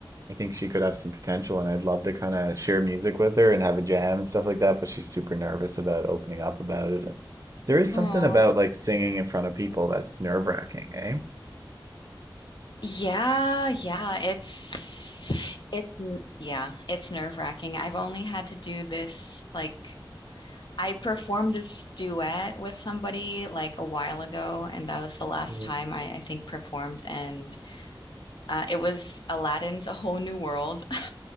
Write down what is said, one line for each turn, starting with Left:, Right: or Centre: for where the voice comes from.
Right: I think she could have some potential, and I'd love to kind of share music with her and have a jam and stuff like that, but she's super nervous about opening up about it. And there is something
Left: Oh.
Right: about like singing in front of people that's nerve-wracking, eh?
Left: Yeah, yeah, it's it's n- yeah, it's nerve-wracking. I've only had to do this like I performed this duet with somebody like a while ago, and that was the last
Right: Mm.
Left: time I, I think performed, and uh, it was Aladdin's A Whole New World. <laughs>